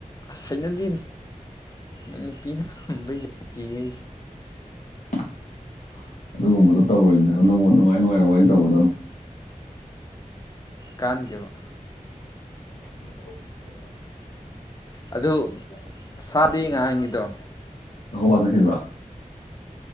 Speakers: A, on the left (about 25°); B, on the left (about 65°).
A: ꯊꯥꯏꯅꯗꯤ ꯃꯄꯤꯅꯖꯀꯤꯦ
B: <unintelligible> ꯑꯗꯨꯒꯨꯝꯕꯗꯣ ꯇꯧꯔꯤꯁꯦ ꯅꯪꯉꯣꯟ ꯅꯨꯡꯉꯥꯏ ꯅꯨꯡꯉꯥꯏ ꯋꯥꯔꯤ ꯇꯧꯕꯗꯅ
A: ꯀꯥꯟꯗꯕ
B: <unintelligible> <unintelligible>
A: ꯑꯗꯨ ꯁꯥꯗꯤ ꯉꯍꯥꯟꯒꯤꯗꯣ
B: ꯀꯕꯥ ꯅ꯭ꯔ